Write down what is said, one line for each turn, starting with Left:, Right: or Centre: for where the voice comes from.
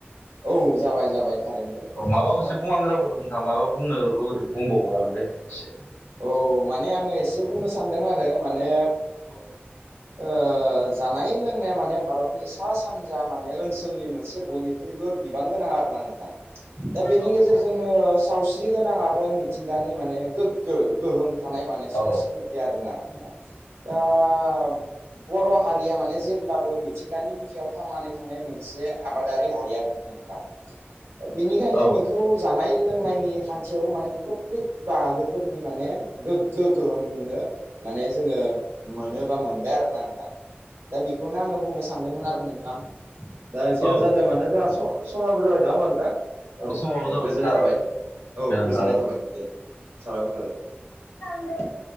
Right: औ जाबाय जाबाय थारैनो
Left: औ माबा
Right: जाबाय
Left: मोनसे बुंहां जाबदोमोन। आं माबा बुंनो लुबैदों बुंबाव जागोन दे। एसे
Right: औ माने आङो एसे बुंनो सानदों आरो माने
Left: औ
Right: ओ जानाय लोंनाया माने भारतनि सा सानजा माने ओनसोलनि मोनसे बयनिख बयबो बिबां गोनां आरो ना नोंथां दा बेनि
Left: औ
Right: गेजेरजोंनो सावस्रि गोनां आरो मिथिंगानि माने गोग्गो गोहोम थानाय माने संस्कृति
Left: औ
Right: आरोना <unintelligible> बर' हारिया माने जेब्लाबो मिथिंगानि बिखायाव थांनानै थानाय मोनसे आबादारि हारि आरो नोंथां दा बेनिखायनो
Left: औ
Right: बेखौ जानाय लोंनायनि खान्थियावबो माने खोब फिद बागोफोरनि माने गोग्गो गोहोम नुनो माने जोङो मोनो बा मोनबाय आरोना नोंथां। दा बेखौनो आङो बुंनो सानदोंमोन आरो नोंथां दा जियानो
Left: औ
Right: जादो मानो जोंहा स समाबो जाबाय नङा होमबा नोंथां औ
Left: समाबो
Right: दे
Left: जाबाय
Right: गोजोननाय
Left: नोंथां
Right: थाबाय
Left: औ
Right: औ
Left: गोजोनथों
Right: गोजोननाय थाबाय। दे साबायखर थाबाय।
Left: <unintelligible>